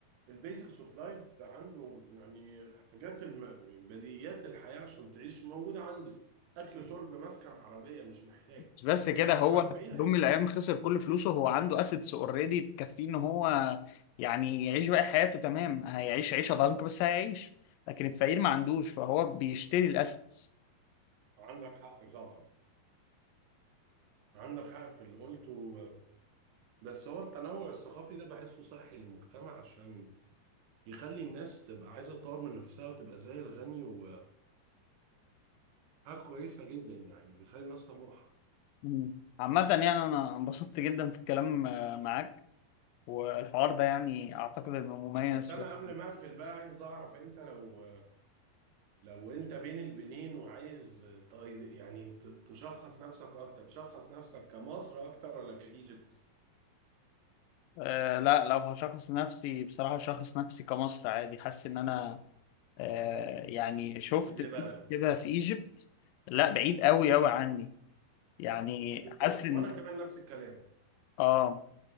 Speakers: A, on the right; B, on the left.
A: البيزكس اوف لايف عنده يعني حاجات الم... بديهيات الحياة عشان تعيش موجودة عنده اكل شرب مسكن عربية مش محتاج
B: مش بس كده هو
A: انما الفقير
B: في يوم
A: هيبقى
B: من الايام خسر كل فلوسه هو عنده اسيتس اوريدي تكفيه ان هو يعني يعيش باقي حياته تمام هيعيش عيشه ضنك بس هيعيش لكن الفقير ما عندوش فهو بيشتري الاسيتس
A: عندك حق طبعا عندك حق في اللي قلته بس هو التنوع الثقافي ده بحسه صحي للمجتمع عشان يخلي الناس تبقى عايزة تطور من نفسها وتبقى زي الغني وحاجة كويسة جدا يعني بيخلي الناس طموحة
B: مم. عامة يعني انا انبسطت جدا في الكلام آه، معاك والحوار ده يعني اعتقد انه مميز
A: بس
B: شوية
A: أنا قبل ما أقفل بقى عايز أعرف أنت لو لو أنت بين البنين وعايز ت- يعني ت- تشخص نفسك أكتر تشخص نفسك كمصر أكتر ولا كإيجيبت
B: أه لا لو هشخص نفسي بصراحة شخص نفسي كمصر عادي حاسس ان انا أه يعني شفت
A: ابن بلد
B: كده في ايجيبت لا بعيد قوي قوي عني يعني
A: بالظبط
B: حاسس ان
A: وأنا كمان نفس الكلام
B: اه